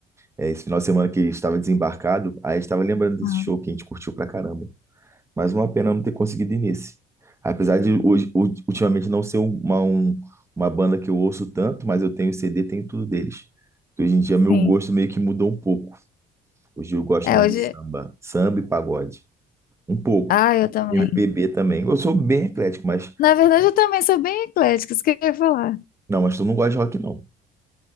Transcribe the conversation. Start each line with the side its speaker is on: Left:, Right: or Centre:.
Right: eh, esse final de semana que ele estava desembarcado, aí a gente tava lembrando desse
Left: Ah,
Right: show que a gente curtiu pra caramba. Mas uma pena não ter conseguido ir nesse. Apesar de hoje- ulti- ultimamente não ser uma, um- uma banda que eu ouço tanto, mas eu tenho CD, tenho tudo deles. Hoje em dia, meu
Left: sim.
Right: gosto meio que mudou um pouco. O Gil gosta
Left: É,
Right: mais
Left: hoje...
Right: de samba, samba e pagode. Um pouco.
Left: Ah, eu também.
Right: MPB também. Eu sou bem eclético, mas.
Left: Na verdade, eu também sou bem eclética, isso que eu ia falar.
Right: Não, mas tu não gosta de rock, não.